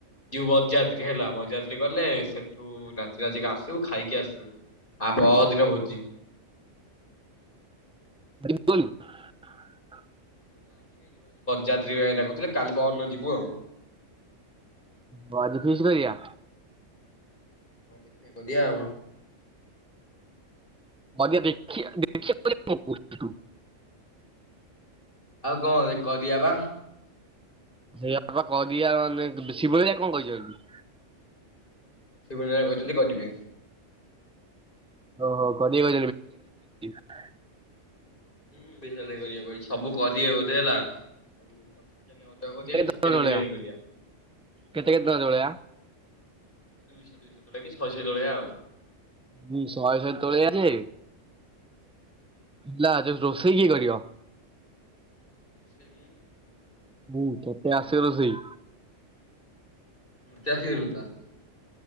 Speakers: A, on the left; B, in the centre.
A: ଯିବୁ ବରଯାତ୍ରୀ ହେଲା। ବରଯାତ୍ରୀ ଗଲେ ସେଠୁ ନାଚି ନାଚିକି ଆସିବୁ ଖାଇକି ଆସିବୁ। ଆ ପରଦିନ ଭୋଜି
B: <unintelligible>
A: ଯାତ୍ରୀ ଭାଇ ଡାକୁଥିଲେ କାଲି ପରଦିନ ଯିବୁ ଆଉ।
B: ଉଁ ଆଜି ଫିଷ୍ଟ କରିଆ?
A: ହଁ ଦେଖିଆ କରିଆ ଆଉ।
B: <unintelligible> ଦେଖିଆ ଦେଖିଆ ବୋଲି କଣ କହୁଚୁ ତୁ।
A: ଆଉ କଣ କରିଆ ବା।
B: ସେଇଆ ବା କରିଆ ମାନେ ଶିବ ହେରିକା କଣ କହିଛନ୍ତି?
A: ଶିବ ହେରିକା କହିଛନ୍ତି କରିବେ।
B: ଓ ହୋ କରିବେ <unintelligible>
A: ହୁଁ ବିଶାଲ କରିବ କହିଚି କରିବା ସବୁ କରିବେ ବୋଧେ ହେଲା। ଆଉ ଚିକେନ ଅରୁଆ କରିବା
B: କେତେ
A: କି ଚିକେନ
B: ଜଣିକିଆ
A: ବିରିୟାନୀ କରିବା।
B: କେତେ କେତେ ଟକା ଜଣିକିଆ?
A: ଦୁଇଶହ ଦୁଇଶହ କରିଆ କି ଶହେ ଶହେ କରିଆ ଆଉ।
B: ହୁଁ ଶହେ ଶହେ <unintelligible> ଯେ ହେଲା ଜ ରୋଷେଇ କିଏ କରିବ?
A: ସେଇ ମୁଁ।
B: ମୁଁ ତତେ ଆସେ ରୋଷେଇ?
A: ମତେ ଆସିଆ କଥା ଆସିବ।